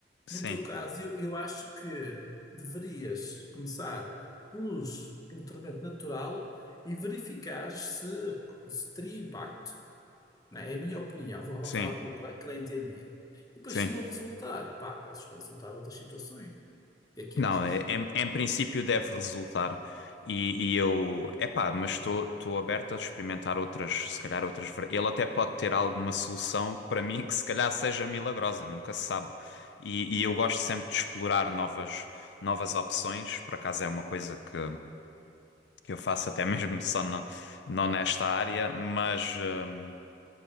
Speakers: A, on the left; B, on the left.
A: Sim,
B: no teu caso, eu, eu acho que deverias começar pelos, pelo tratamento natural e verificar se, se teria impacto. não É É a minha opinião. Vou lá
A: sim,
B: falar com o meu colega, que ele é entendido. Depois,
A: sim.
B: se não resultar, opá, podes consultar outras situações. O que é que
A: Não,
B: achas?
A: é- em, em princípio deve resultar. E, e eu, epá, mas estou estou aberto a experimentar outras, se calhar outras. ver- Ele até pode ter alguma solução para mim que se calhar seja milagrosa, nunca se sabe. E, e eu gosto sempre de explorar novas, novas opções. Por acaso é uma coisa que, que eu faço até mesmo <laughs> só não, não nesta área, mas, hum,